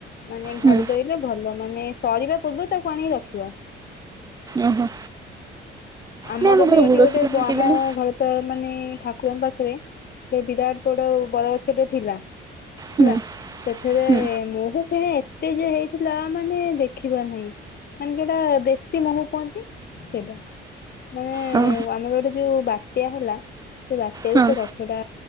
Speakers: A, on the left; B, on the right.
A: ମାନେ ଘରେ
B: ହୁଁ
A: ଧୋଇଲେ ଭଲ ମାନେ ସରିବା ପୂର୍ବରୁ ତାକୁ ଆଣିକି ରଖିବ।
B: ଓହୋ।
A: ଆମର
B: ନାଇଁ ଆମ
A: ବି
B: ଘରେ
A: ଏଇଠି
B: ଗୁଡ
A: ଗୋଟେ
B: କ୍ଷୀର
A: ଆମ
B: କେଜାଣି
A: ଘର। ତ ମାନେ ଠାକୁରଙ୍କ ପାଖରେ ଗୋଟେ ବିରାଟ ବଡ ବର ଗଛଟେ ଥିଲା।
B: ହୁଁ
A: ହେଲା ସେଥିରେ
B: ହୁଁ
A: ମହୁ ଫେଣା ଏତେ ଯେ ହେଇଥିଲା ମାନେ ଦେଖିବା ନାହିଁ। ମାନେ ଯୋଉଟା ଦେଶୀ ମହୁ କୁହନ୍ତି ସେଇଟା। ମାନେ
B: ହଁ
A: ଆମର ଗୋଟେ ଯୋଉ ବାତ୍ୟା ହେଲା ସେ ବାତ୍ୟାରେ
B: ହଁ
A: ସେ ଗ। ଗଛ ଟା